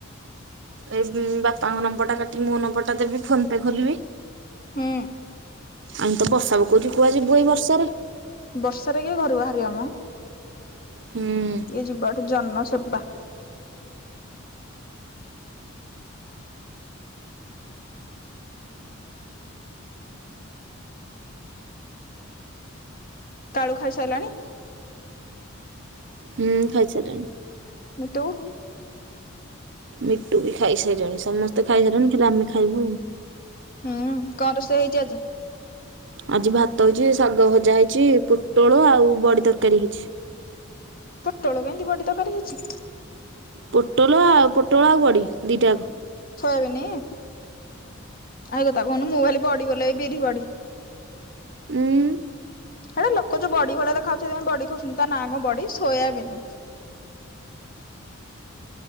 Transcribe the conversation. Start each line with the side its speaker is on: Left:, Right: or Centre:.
Right: ଏ ବାପାଙ୍କ ନମ୍ବର ଟା କାଟି ମୋ ନମ୍ବର ଟା ଦେବି ଫୋନ ପେ ଖୋଲିବି।
Left: ହୁଁ।
Right: ଆମ ତ ବର୍ଷା ପକଉଚି କୁଆଡେ ଯିବୁ ଏଇ ବର୍ଷାରେ।
Left: ବର୍ଷାରେ କିଏ ଘରୁ ବାହାରିବ ମ।
Right: ହୁଁ।
Left: ଇଏ ଯିବ ଏଠି ଜନ ସେବା। କାଳୁ ଖାଇସାରିଲାଣି?
Right: ହୁଁ ଖାଇସାରିଲାଣି।
Left: ମିଟୁ?
Right: ମିଟୁ ବି ଖାଇସାରିଲାଣି। ସମସ୍ତେ ଖାଇସାରିଲେଣି ଖାଲି ଆମେ ଖାଇବୁ ଆଉ।
Left: ହୁଁ କଣ ରୋଷେଇ ହେଇଚି ଆଜି?
Right: ଆଜି ଭାତ ହେଇଚି, ଶାଗ ଭଜା ହେଇଚି, ପୋଟଳ ଆଉ ବଡି ତରକାରୀ ହେଇଚି।
Left: ପୋଟଳ କେମିତି ବଡି ତରକାରୀ ହେଇଚି?
Right: ପୋଟଳ ଆଉ ପୋଟଳ ଆଉ ବଡି ଦିଟା କୁ।
Left: ସୋୟାବିନିି? ଆ ସେଇ କଥା କହୁନୁ ମୁଁ ଭାବିଲି ବଡି ବୋଲି ଏଇ ବିରି ବଡି।
Right: ଉଁ।
Left: ହେଟା ଲୋକ ଯୋଉ ବଡି ଭଳିଆ ଦେଖାଯାଉଚି ସେଥିପାଇଁ ବଡି କହୁଚନ୍ତି, ତା ନା କଣ ବଡି ସୋୟାବିନ୍।